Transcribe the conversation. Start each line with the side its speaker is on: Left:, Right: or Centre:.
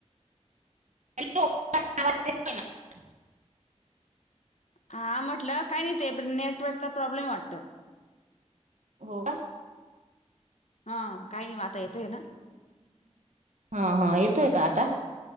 Right: हॅलो <unintelligible>
Left: हा म्हटलं काय नाही ते बर नेटवर्कचा प्रॉब्लेम वाटत.
Right: हो का.
Left: हा काही नाही आता येतोय ना.
Right: हा हा येतोय का आता?